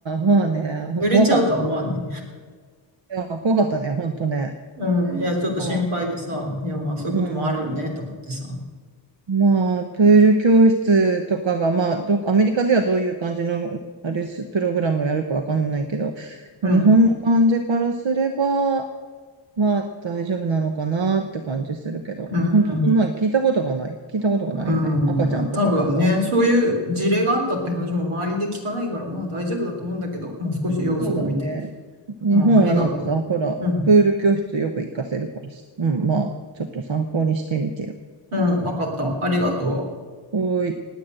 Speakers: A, on the right (about 65°); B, on the right (about 85°).
A: まあね、
B: 濡れちゃうとは思わんね。
A: 怖かったね。いや、怖かったね、ほんとね。
B: うん、いや、ちょっと心配でさ、
A: まあ、
B: いや、まあそういうこともあるよね、
A: うん。
B: と思ってさ。
A: まあ、プール教室とかが、まあ、ど、アメリカではどういう感じの、あれす、プログラムをやるかわかんないけど、
B: うん、
A: まあ日本の感じからすれば、まあ、大丈夫なのかなって感じするけど、
B: うん、
A: ほんと、
B: うん。
A: そんなん聞いたことがない。聞いたことがないよね。
B: うん、
A: 赤ちゃんとかがさ。
B: まあ多分ね、そういう事例があったって話も周りで聞かないから、まあ大丈夫だと思うんだけど、まあ少し様子を見て。
A: そうだね。日本はなんかさ、
B: うん、ありがとう。
A: ほら、
B: うん、
A: プール教室よく行かせるからさ。うん、まあ、ちょっと参考にしてみてよ。
B: うん、わかった。ありがとう。
A: おーい。